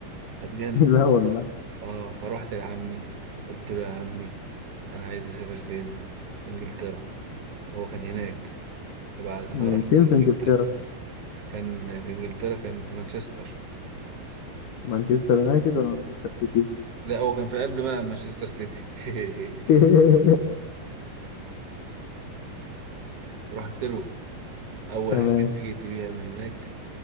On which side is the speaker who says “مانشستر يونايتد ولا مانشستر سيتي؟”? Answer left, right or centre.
Left